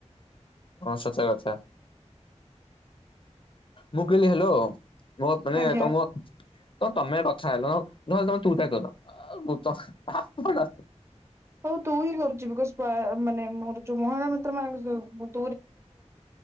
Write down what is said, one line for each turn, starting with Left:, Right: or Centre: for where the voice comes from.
Left: ହଁ ସଚ କଥା। ମୁ କହିଲି ହେଲୋ, ମୋ ମାନେ
Right: ଆଜ୍ଞା
Left: ତମ ତ ତମେ କଥା ହେଲ ନହଲେ ତମେ ତୁ ତା କର ମୁଁ ଆପଣ
Right: ହଉ ତୁ ହିଁ କରୁଚୁ ବିକଜ୍ ମାନେ ମୋର ଯୋଉ ମହିଳା ମ୍ର ମାଙ୍କ ଯ